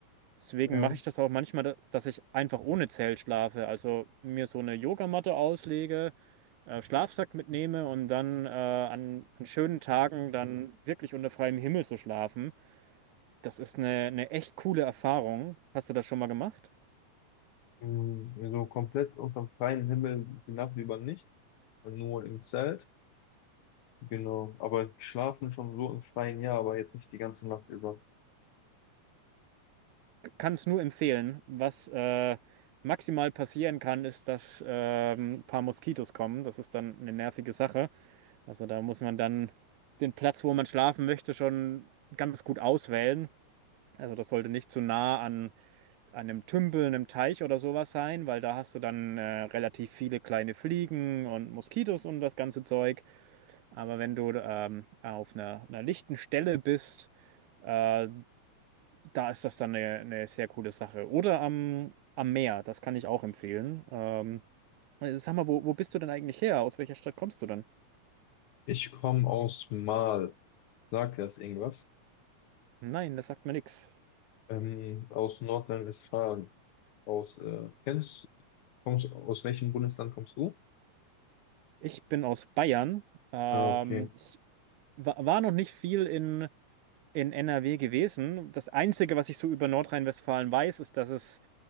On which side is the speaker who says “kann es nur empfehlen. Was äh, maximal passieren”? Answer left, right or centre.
Right